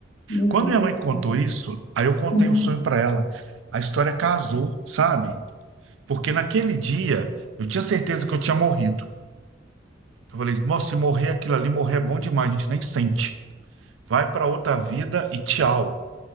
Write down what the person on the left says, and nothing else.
Meu
Deus,
cara.
Uhum.